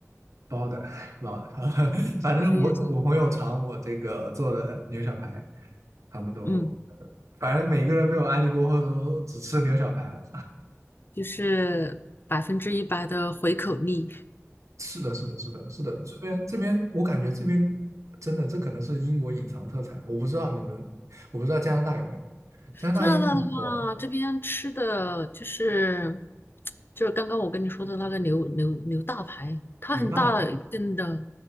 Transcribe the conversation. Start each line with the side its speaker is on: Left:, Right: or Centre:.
Right: 包的 <laughs> 包的，
Left: 对，
Right: <laughs> 反正我给我朋友尝我这个做的牛小排，
Left: 还是有经验，
Right: 他们都，
Left: 嗯，
Right: 呃反正每个人被我安利过后都只吃牛小排了。
Left: 就是百分之一百的回口率。
Right: 是的，是的，是的，是的，这边这边，我感觉这边真的，这可能是英国隐藏特产，我不知道你们，我不知道加拿大有没有，加拿大英国
Left: 加拿大的话，这边吃的就是就是刚刚我跟你说的那个牛牛牛大排，它很大一根的，
Right: 有有大